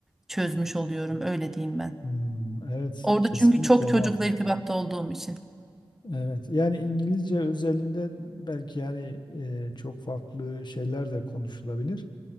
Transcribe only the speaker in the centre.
çözmüş oluyorum öyle diyeyim ben.
Orada
çünkü çok
çocukla irtibatta olduğum için.